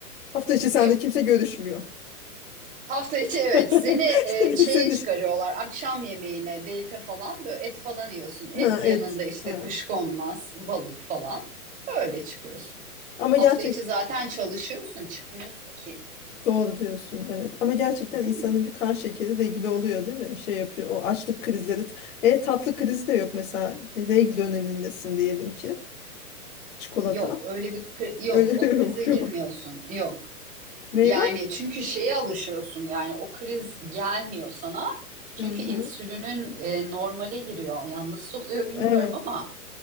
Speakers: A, on the left; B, on the right.
A: hafta içi sende
B: yok.
A: kimse görüşmüyor.
B: Hafta içi evet
A: <laughs>
B: seni e, şeye
A: Seni
B: çıkarıyorlar akşam yemeğine date falan böyle et falan yiyorsun et
A: ha,
B: yanında
A: et.
B: işte
A: Evet.
B: kuşkonmaz balık falan öyle çıkıyorsun.
A: Ama gerçek
B: Hafta içi zaten çalışıyorsun çıkmıyorsun ki.
A: doğru diyorsun evet. Ama gerçekten
B: Hı hı.
A: insanın bir kan şekeri regüle oluyor değil mi? Şey yapıyor o açlık krizleri. E tatlı krizi de yok mesela E, regl dönemindesin diyelim ki. Çikolata.
B: Yok öyle bir kri- yok
A: Öyle
B: o
A: <laughs>
B: krize
A: yok
B: girmiyorsun
A: yok.
B: yok.
A: Meyve
B: Yani çünkü şeye alışıyorsun yani o kriz gelmiyor sana.
A: Hı
B: Çünkü
A: hı.
B: insülinin e, normale giriyor. Yanlış oluyor bilmiyorum
A: Evet
B: ama